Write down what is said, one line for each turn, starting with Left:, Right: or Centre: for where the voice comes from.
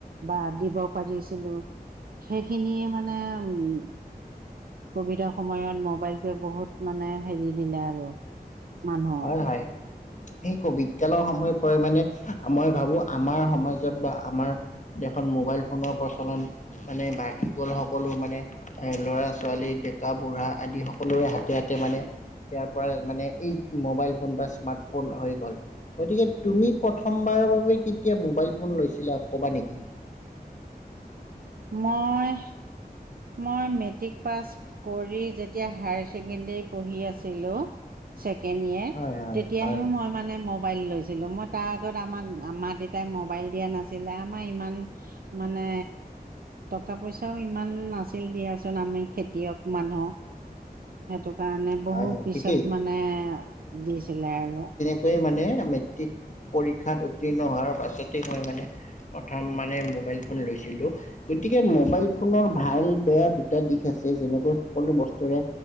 Right: বা দিব পাৰিছিলো সেইখিনিয়ে মানে উম। কভিড, সময়ত মোবাইলটোৱে বহুত মানে হেৰি দিলে আৰু মানুহক।
Left: হয় হয়। সেই কভিড কালৰ সময় পৰা মানে মই ভাবো আমাৰ সমাজত বা আমাৰ, দেশত মোবাইল ফোনৰ প্ৰচলন মানে বাঢ়ি গ'ল সকলো মানে। এ ল'ৰা ছোৱালী ডেকা বুঢ়া আদি সকলোৰে হাতে হাতে মানে। তেতিয়া পৰা মানে এই মোবাইল ফোন বা স্মাৰ্ট ফোন হৈ গ'ল। গতিকে তুমি প্ৰথমবাৰৰ বাবে কেতিয়া মোবাইল ফোন লৈছিলা ক'বা নেকি।
Right: মই, মই মেট্ৰিক পাছ কৰি যেতিয়া হায়াৰ ছেকেণ্ডৰী পঢ়ি আছিলোঁ। ছেকেণ্ড ইয়েৰ
Left: হয়, হয়,
Right: তেতিয়াহে
Left: হয়,
Right: মই মানে ম, মোবাইল লৈছিলো মই তাৰ আগত আমাক মা দেতাই মোবাইল দিয়া নাছিলে আমাৰ ইমান, মানে টকা পইচাও ইমান না, ছিল দিয়াচোন আমি খেতিয়ক মানুহ। সেইটো কাৰণে বহু
Left: হয়, হয়
Right: পিছত
Left: ঠিকেই।
Right: মানে দিছিলে আৰু
Left: কৈ মানে মেট্ৰিক পৰীক্ষাত উত্তীৰ্ণ হোৱাৰ পাছতে মই মানে। প্ৰথম মানে মোবাইল ফোন লৈছিলোঁ। গতিকে মোবাইল ফোনৰ ভাল বেয়া দুটা দিশ আছে যেনেকৈ সকলো বস্তুৰে।